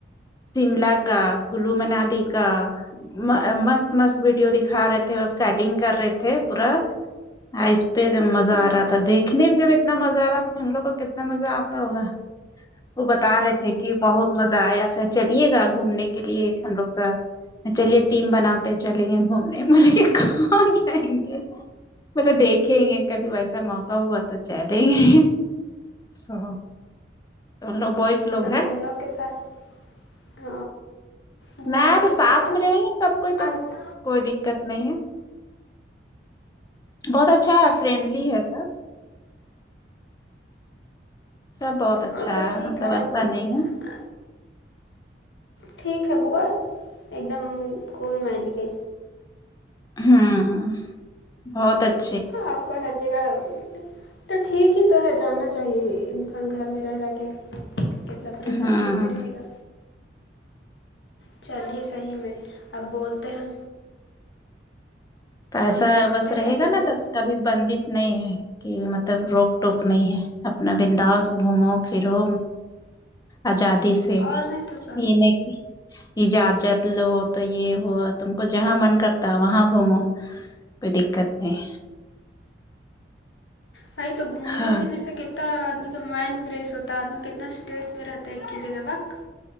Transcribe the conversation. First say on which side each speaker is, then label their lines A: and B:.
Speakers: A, on the left; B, on the left.
A: سیملا کا کلو منالی کا م-مست مست ویڈیو دکھا رہے تھے اور اسکٹنگ کر رہے تھے پورا اس پہ مزہ
B: ہوں
A: آ رہا تھا دیکھنے میں جب اتنا مزہ آ رہا تھا تم لوگ کو کتنا مزہ آتا ہوگا وہ بتا رہے تھے کہ بہت مزہ آیا سا چلیے گا گھومنے کے لیے ہم لوگ سر چلیے ٹیم بناتے چلیں گے گھومنے میں نے کہا کہاں جائیں گے مطلب دیکھیں گے کبھی ویسا موقع ہوا تو چلیں گے سو تو ان لوگ بوائز ہے
B: ان لوگ کے ساتھ بوائز
A: میں
B: لوگ
A: تو ساتھ
B: کے
A: میں رہی ہوں سب کوئی تو
B: انک
A: کوئی دقت نہیں ہے بہت اچھا ہے فرینڈلی ہے سب سب بہت اچھا
B: ہاں تو
A: ہے
B: ٹھیک
A: مطلب
B: انک
A: ایسا نہیں ہے
B: ٹھیک ہے بوا ایک دم کول مائنڈ کے
A: ہوں بہت اچھا
B: ہاں آپ کو ہر جگہ تو ٹھیک ہی تو ہے جانا چاہیے انسان گھر میں رہ رہ کے کتنا پریسر
A: ہوں
B: جھیلتے رہے گا چلیے صحیح میں اب بولتے ہیں
A: پیسا
B: ہم بولتے
A: بس رہے
B: ہیں
A: گا
B: دل
A: ناں تو کبھی بندش نہیں ہے کہ مطلب روک ٹوک نہیں ہے اپنا بنداس گھومو پھرو آزادی سے
B: اور نہیں تو کا
A: یہ نہیں کہ اجازت لو تو یہ ہو تم کو جہاں من کرتا ہے وہاں گھومو کوئی دقت نہیں
B: بھائی تو گھومنے
A: ہاں
B: پھرنے سے کت تا آدمی کا مائنڈ فریش ہوتا ہے آدمی کتنا اسٹریس میں رہتا ہے ایک ہی جگہ وقت